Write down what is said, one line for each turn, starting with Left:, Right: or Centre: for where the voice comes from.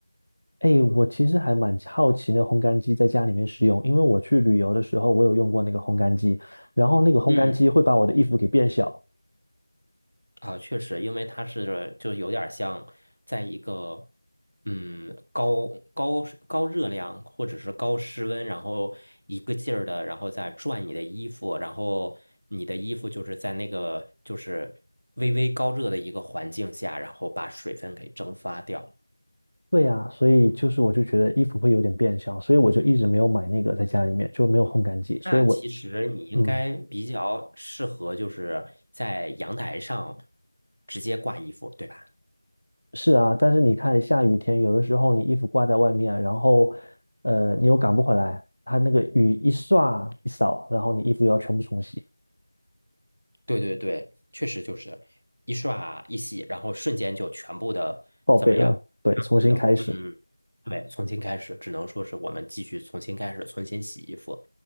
Left: 哎，我其实还蛮好奇那个烘干机在家里面使用，因为我去旅游的时候，我有用过那个烘干机，然后那个烘干机会把我的衣服给变小。
Right: 嗯，啊，确实，因为它是就有点像在一个嗯高高高热量或者是高室温，然后一个劲儿的，然后再转你的衣服，然后你的衣服就是在那个就是微微高热的一个环境下，然后把水分给蒸发掉。
Left: 对呀，所以就是我就觉得衣服会有点变小，所以我就一直没有买那个在家里面，就没有烘干机。所以我，
Right: 那其实你应该比较适合，
Left: 嗯，
Right: 就是在阳台上直接挂衣服，对吧？
Left: 是啊，但是你看下雨天，有的时候你衣服挂在外面，然后，呃，你又赶不回来，它那个雨一刷一扫，然后你衣服又要全部重洗，
Right: 对对对，确实就是一刷一洗，然后瞬间就全部的怎么样？
Left: 报废了，对，
Right: 全部的，
Left: 重新开始。
Right: 嗯，对，重新开始，只能说是我们继续重新开始，重新洗衣服。